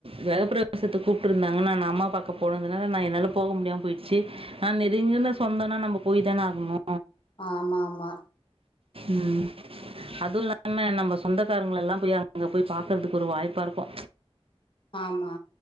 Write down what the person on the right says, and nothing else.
கிரகப்பிரவேசத்துக்கு கூப்ட்டு இருந்தாங்கன்ன நா அம்மா பாக்க போனதுனால நா என்னால போக முடியாம போய்டுச்சு ஆனா நெருக்கன சொந்தோனா நம்ம போயிதான ஆகணு
ம் அதுவ இல்லாம நம்ம சொந்தக்காரங்களல்லாம் போய் அங்க போய் பாக்கறதுக்கு ஒரு வாய்ப்பா இருக்கு